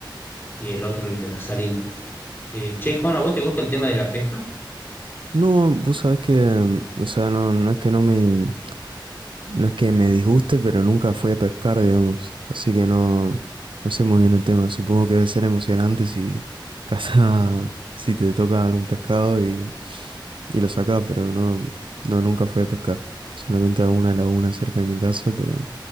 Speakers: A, on the left; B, on the right.
A: y el otro, el de la Salina. Eh, che, Juana, ¿a vos te gusta el tema de la pesca?
B: No, vos sabés que, mm, o sea, no, no es que no me, no es que me disguste, pero nunca fui a pescar, digamos. Así que no, no sé muy bien el tema. Supongo que debe ser emocionante si casa, <laughs> si te toca algún pescado y, y lo sacás, pero no, no, nunca fui a pescar. Solamente a una laguna cerca de mi casa, pero